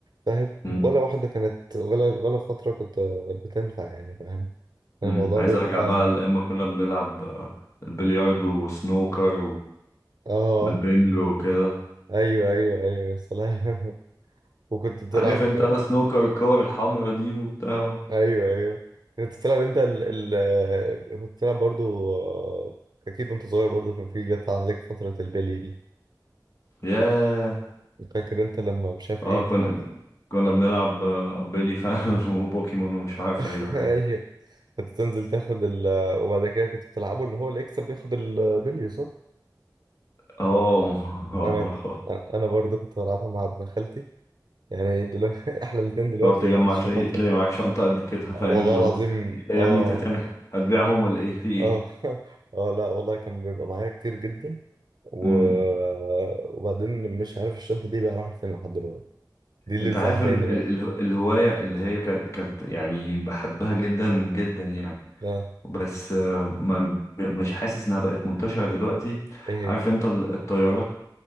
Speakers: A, on the right; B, on the left.
A: فاهم
B: م-
A: ولا واحدة كانت ولا ولا فترة كنت بتنفع يعني فاهم يعني
B: م.
A: الموضوع
B: عايز
A: بيبقى
B: ارجع بقى لاما كنا بنلعب آه، البلياردو وسنوكر
A: اه
B: والبنج وكده
A: ايوه ايوه ايوه يا سلام <laughs> وكنت بتلعب
B: عارف انت سنوكر الكور الحمرا دي وبتاع
A: ايوه ايوه كنت بتلعب انت ال ال كنت بتلعب برضو آه، اكيد وانت صغير برضو كان في جت عليك فترة البلي دي
B: ياه
A: فاكر انت لما مش عارف
B: اه
A: ايه
B: كنا
A: ده
B: كنا بنلعب آه، بيلي فانون <laughs> وبوكيمون ومش عارف اي
A: <laughs>
B: حاجة
A: ايوه كنت تنزل تاخد ال وبعد كده كنت بتلعبوا ان هو اللي يكسب ياخد البلي صح؟
B: اه
A: انا انا برضه كنت بلعبها مع ابن خالتي يعني دلوقتي <laughs> احنا الاتنين
B: <laughs>
A: دلوقتي
B: تقعد تجمع
A: شحوطة
B: تلاقي تلاقي معاك شنطة قد كده
A: والله
B: فاهم اللي هو
A: العظيم
B: ايه ده يا
A: اه
B: ابني انت هتعمل هتبيعهم ولا ايه في ايه
A: اه <laughs> اه لا والله كان بيبقى معايا كتير جدا و...
B: امم
A: وبعدين مش عارف الشنطة دي بقى راحت فين لحد دلوقتي دي اللي
B: انت
A: زعلاني
B: عارف ال... ال...
A: بقى
B: ال- الهواية اللي هي كانت كانت يعني بحبها جدا جدا يعني
A: اه
B: بس آه، ما مش حاسس انها بقت منتشرة دلوقتي
A: ايه
B: عارف انت ال- الطيارات